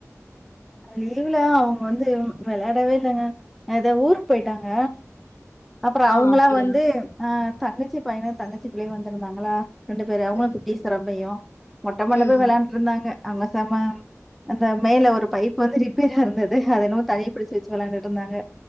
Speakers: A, in the centre; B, on the left.
A: லீவுல அவங்க வந்து வெளயாடவே இல்லைங்க அது ஊருக்கு போயிட்டாங்க அப்பறோ
B: ஆ
A: அவங்களா
B: அப்டியா
A: வந்து ஆ தங்கச்சி பையனு தங்கச்சி பிள்ளைையு வந்திருந்தாங்களா ரெண்டு பேரு அவங்களு
B: ம்
A: குட்டீஸ் தா ரொம்பயு மொட்டமாடில
B: ம்
A: போய் வெளயாண்டுட்டு இருந்தாங்க அங்க செம அந்த மேல ஒரு பைப் வந்து ரிப்பேரா இருந்தது அத என்னமோ தண்ணி பிடிச்சு வச்சு வெளயாண்டுட்டு இருந்தாங்க